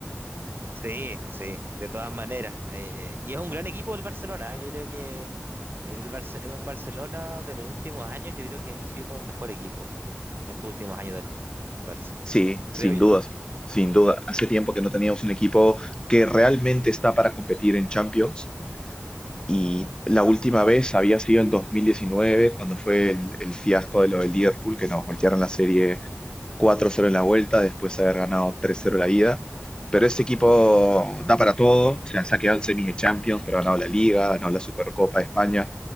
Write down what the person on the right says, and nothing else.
Sí, sí, de todas maneras. eh, y es un gran equipo el Barcelona, ¿eh? yo creo que es el Barce- un Barcelona de los últimos años, yo creo que ha sido como el mejor equipo. estos últimos años del Barça,
creo yo.